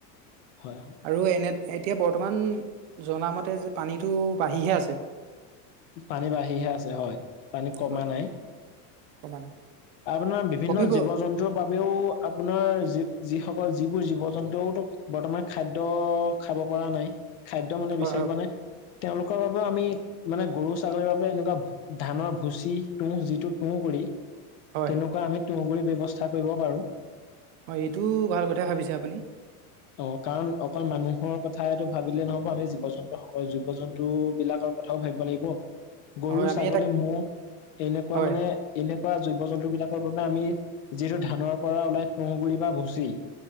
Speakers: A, on the left; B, on the right.
A: হয়
B: আৰু এনে এতিয়া বৰ্তমান জনামতে যে পানীটো বাঢ়িহে আছে।
A: পানী বাঢ়িহে আছে হয় পানী কমা
B: হয়
A: নাই।
B: কমা নাই
A: আপোনাৰ বিভিন্ন
B: কমিব
A: জীৱ জন্তুৰ বাবেও আপোনাৰ যি যিসকল যিবোৰ জীৱ জন্তুও বৰ্তমান খাদ্য খাব পৰা নাই খাদ্য মানে
B: হয়
A: বিচাৰি
B: হয়
A: পোৱা নাই তেওঁলোকৰ বাবেও আমি মানে গৰু ছাগলীৰ বাবে এনেকুৱা ধানৰ ভুচি তুঁহ যিটো তুঁহ গুৰি
B: হয়
A: তেনেকুৱা আমি তুহগুৰি ব্যৱস্থা কৰিব পাৰো।
B: হয় এইটোও ভাল কথাই ভাবিছে আপুনি
A: অ কাৰণ অকল মানুহৰ কথাটো ভাবিলে নহব আমি জীৱ জন্তু সকল জীৱ জন্তু বিলাকৰ কথাও ভাবিব লাগিব গৰু
B: হয় আমি
A: ছাগলী
B: এটা
A: ম'হ এনেকুৱা
B: হয়
A: মানে এনেকুৱা জীৱ জন্তু বিলাক কৰ বাবে আমি যিটো ধানৰ পৰা ওলাই তুহগুৰি বা ভুচি